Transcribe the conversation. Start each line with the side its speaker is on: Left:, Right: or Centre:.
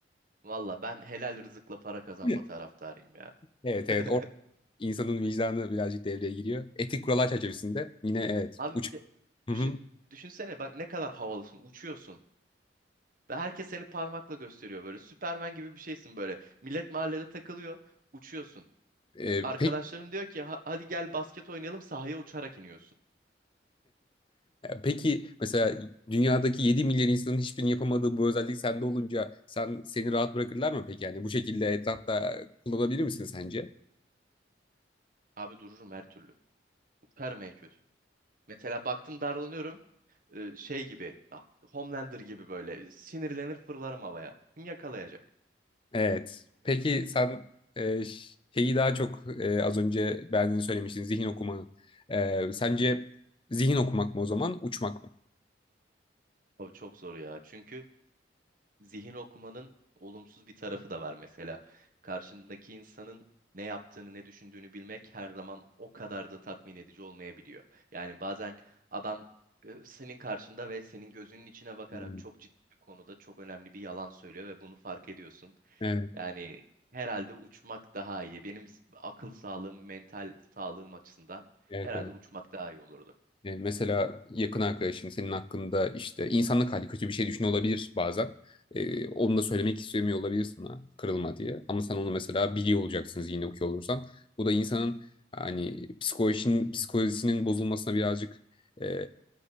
Right: Valla ben helal rızıkla para kazanma
Left: Evet
Right: taraftarıyım ya.
Left: evet.
Right: <laughs>
Left: evet. Orada insanın vicdanı birazcık devreye giriyor. Etik kurallar çerçevesinde yine evet.
Right: Abi
Left: Uç...
Right: bir de düşün,
Left: Hı hı.
Right: düşünsene bak ne kadar havalısın uçuyorsun. Ve herkes seni parmakla gösteriyor böyle. Süpermen gibi bir şeysin böyle. Millet mahallede takılıyor uçuyorsun.
Left: Ee,
Right: Arkadaşların
Left: peki,
Right: diyor ki "Ha- hadi gel basket oynayalım sahaya uçarak iniyorsun.
Left: peki mesela dünyadaki 7 milyar insanın hiçbirinin yapamadığı bu özellik sende olunca sen seni rahat bırakırlar mı peki? Yani bu şekilde etrafta kullanabilir misin sence?
Right: Abi dururum her türlü. Uçarım en kötü. Mesela baktım darlanıyorum. Ee, şey gibi a- Homelander gibi böyle sinirlenir fırlarım havaya. Kim yakalayacak?
Left: Evet. Peki sen e, ş- şeyi daha çok e, az önce beğendiğini söylemiştin zihin okumanın. E, sence zihin okumak mı o zaman uçmak mı?
Right: Abi çok zor ya. Çünkü zihin okumanın olumsuz bir tarafı da var mesela. Karşındaki insanın ne yaptığını, ne düşündüğünü bilmek her zaman o kadar da tatmin edici olmayabiliyor. Yani bazen adam e, senin karşında ve senin gözünün içine bakarak
Left: Hmm.
Right: çok ciddi bir konuda çok önemli bir yalan söylüyor ve bunu fark ediyorsun.
Left: Evet,
Right: Yani herhalde uçmak daha iyi. Benim z- akıl sağlığım, mental sağlığım açısından
Left: evet,
Right: herhalde
Left: evet.
Right: uçmak daha iyi olurdu.
Left: E, mesela yakın arkadaşın senin hakkında işte insanlık hali kötü bir şey düşünüyor olabilir bazen. E, onu da söylemek istemiyor olabilir sana kırılma diye. Ama sen onu mesela biliyor olacaksınız yine okuyor olursan. Bu da insanın hani psikolojinin, psikolojisinin bozulmasına birazcık e,